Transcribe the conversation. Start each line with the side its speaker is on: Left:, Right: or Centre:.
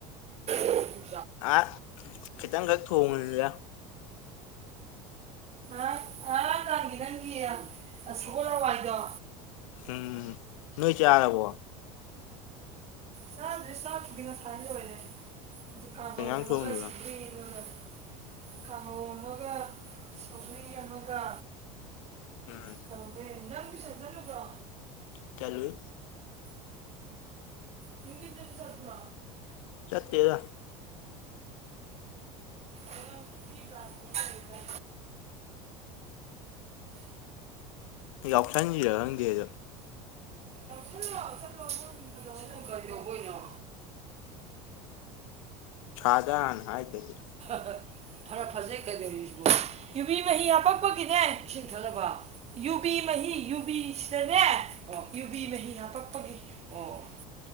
Right: <unintelligible>
Left: ꯑꯥ ꯈꯤꯇꯪꯈꯛ ꯊꯣꯡꯕꯅꯤꯗ
Right: ꯑ ꯑ ꯇꯥꯡꯒꯤ ꯅꯪꯒꯤꯌꯦ ꯑ ꯁꯒꯣꯜ ꯍꯋꯥꯏꯗꯣ
Left: ꯎꯝ ꯅꯣꯏ ꯆꯥꯔꯕ꯭ꯔꯣ
Right: ꯆꯥꯗ꯭ꯔꯤ ꯆꯥꯛꯄꯨꯗꯤ ꯉꯁꯥꯢꯅ ꯂꯣꯢꯔꯦ ꯑꯗꯨ ꯀꯥꯡꯍꯧ
Left: ꯀꯩ ꯏꯟꯖꯥꯡ ꯊꯣꯡꯉꯤꯕ
Right: ꯑꯒ ꯁꯒ꯭ꯔꯤ ꯑꯃꯒ ꯀꯥꯡꯍꯧ ꯑꯃꯒ ꯁꯧꯒ꯭ꯔꯤ ꯑꯃꯒ
Left: ꯎꯝ
Right: ꯇꯧꯔꯦ ꯅꯪ ꯇꯨꯢꯁꯟ ꯆꯠꯂꯨꯕ꯭ꯔꯣ
Left: ꯆꯠꯂꯨꯢ
Right: ꯅꯨꯡꯗꯤꯟꯗꯁꯨ ꯆꯠꯄ꯭ꯔꯣ
Left: ꯆꯠꯇꯦꯗ
Right: ꯀꯩꯅꯣ ꯐ꯭ꯔꯤ ꯀ꯭ꯂꯥꯁ ꯑꯃ ꯂꯩꯔꯤꯕ
Left: ꯌꯥꯎꯁꯟꯁꯤꯔ ꯈꯪꯗꯦ ꯑꯗꯨ
Right: ꯌꯥꯎꯁꯜꯂꯣ <unintelligible> ꯀꯩꯗꯧꯕꯩꯅꯣ
Left: ꯁꯥꯔꯗ ꯍꯥꯟꯅ ꯍꯥꯏꯗꯗꯤ
Right: ꯐꯔ ꯐꯖꯩ ꯀꯗꯧꯁꯤ ꯌꯨꯕꯤ ꯃꯍꯤ ꯍꯥꯄꯛꯄꯒꯤꯅꯦ ꯏꯁꯤꯡ ꯊꯛꯂꯕ ꯌꯨꯕꯤ ꯃꯍꯤ ꯌꯨꯕꯤꯁꯤꯗꯅꯦ ꯑꯣ ꯌꯨꯕꯤ ꯃꯍꯤ ꯍꯥꯄꯛꯄꯒꯤ ꯑꯣ